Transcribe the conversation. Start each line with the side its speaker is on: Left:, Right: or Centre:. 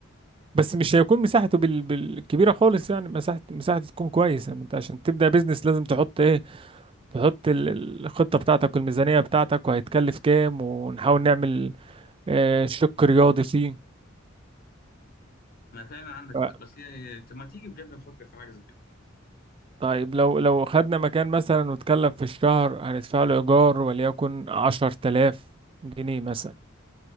Right: بس مش هيكون مساحته بال- بالكبيرة خالص يعني مساحة مساحته تكون كويسة انت عشان تبدأ بيزنس لازم تحط ايه تحط ال- الخطة بتاعتك والميزانية بتاعتك وهيتكلف كام ونحاول نعمل آه، شق رياضي فيه
Left: ما فعلا عندك
Right: آه،
Left: حق بس يعني أنت ما تيجي بجد نفكر في حاجة زي كده
Right: طيب لو لو خدنا مكان مثلا واتكلم في الشهر هندفع له إيجار وليكن عشر تلاف جنيه مثلا